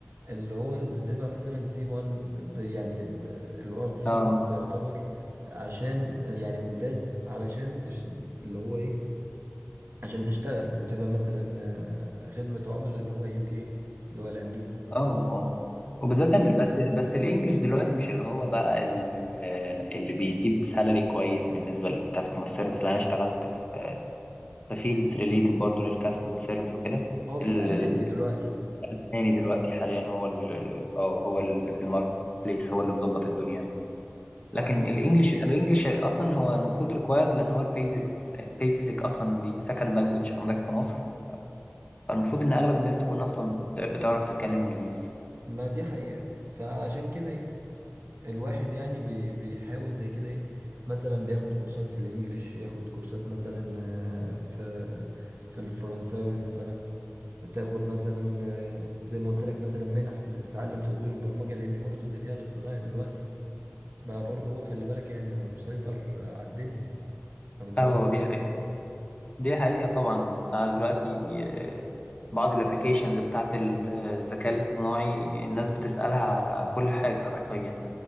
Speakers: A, on the right; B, on the left.
A: اللي هو بتبقى مثلا سي 1 يعني اللي هو فيلم
B: اه
A: يعتبر عشان يعني ممتاز علشان تش... اللي هو ايه عشان تشتغل وتبقى مثلا آه، خدمة عملاء اللي هو يو كي اللي هو الامريكي
B: اه اه وبالذات ال- بس بس الانجليش دلوقتي مش اللي هو بقى ال- آه، اللي بيجيب سالري كويس بالنسبه للكاستمر سيرفيس لان انا اشتغلت في في فيلدز ريليتد برضه للكاستمر سيرفيس وكده
A: هو في
B: ال-
A: الألماني دلوقتي
B: التاني دلوقتي حاليا هو ال- اه هو اللي في الماركت بليس هو اللي مظبط الدنيا
A: ما
B: لكن
A: أنا
B: الانجليش
A: شو-
B: الانجليش اصلا هو المفروض ريكوايرد لان هو البيزكس البيزك اصلا دي سكند لانجوج عندك في مصر فالمفروض ان اغلب الناس تكون اصلا بت- بتعرف تتكلم انجليزي
A: ما دي حقيقة فعشان كده إيه الواحد يعني بي بيحاول زي كده إيه مثلا بياخد كورسات في الإنجليش ياخد كورسات مثلا آه، في في الفرنساوي مثلا تاخد مثلا آه، زي ما قلت لك مثلا منح بتتعلم تطوير البرمجة لأن برضو الذكاء الاصطناعي دلوقتي بقى برضو هو خلي بالك يعني اللي مسيطر آه، على الدنيا لو أنت
B: اه
A: واخد
B: دي
A: بالك
B: حقيقة
A: يعني
B: دي حقيقة طبعا بتاع دلوقتي آه، بعض الابليكيشنز بتاعت ال- آه، الذكاء الاصطناعي الناس بتسألها على كل حاجة حرفيا